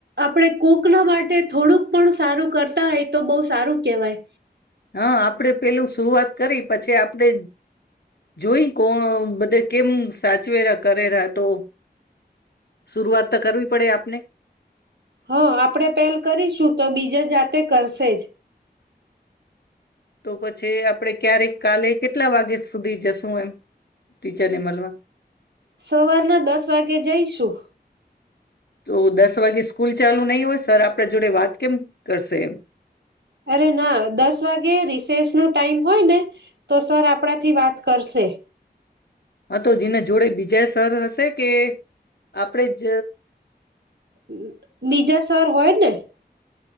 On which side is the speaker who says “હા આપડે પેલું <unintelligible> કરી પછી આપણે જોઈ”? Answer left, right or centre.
Left